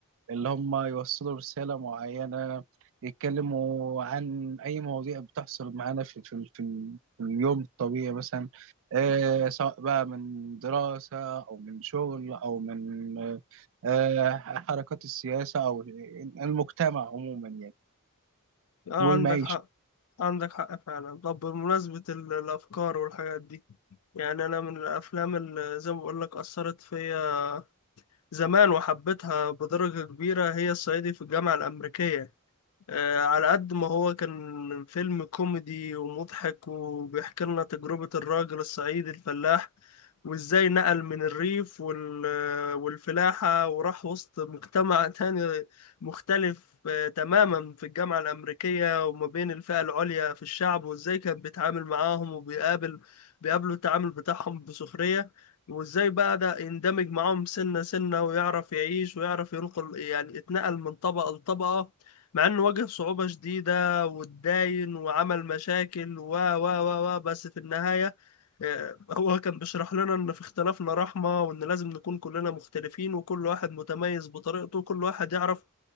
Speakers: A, on the right; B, on the left.
A: اللي هم يوصلوا رسالة معينة يتكلموا عن أي مواضيع بتحصل معانا في, في, في ال- في اليوم الطبيعي مثلا آه، سواء بقى من دراسة أو من شغل أو من آه، آه، حركات السياسة أو المجتمع عموما يعني
B: اه
A: والمعيشة
B: عندك حق عندك حق فعلا طب بمناسبة ال- الأفكار والحاجات دي يعني أنا من الأفلام اللي زي ما بقول لك أثرت فيا زمان وحبيتها بدرجة كبيرة هي الصعيدي في الجامعة الأمريكية آه، على قد ما هو كان فيلم كوميدي ومضحك وبيحكي لنا تجربة الراجل الصعيدي الفلاح وازاي نقل من الريف وال... والفلاحة وراح وسط مجتمع تاني مختلف آه، تماما في الجامعة الأمريكية وما بين الفئة العليا في الشعب وازاي كان بيتعامل معاهم وبيقابل بيقابلوا التعامل بتاعهم بسخرية وازاي بدأ يندمج معاهم سنة سنة ويعرف يعيش ويعرف ينقل يعني اتنقل من طبقة لطبقة مع انه واجه صعوبة شديدة واتداين وعمل مشاكل و و و و بس في النهاية آه، هو كان بيشرح لنا ان في اختلافنا رحمة وان لازم نكون كلنا مختلفين وكل واحد متميز بطريقته وكل واحد يعرف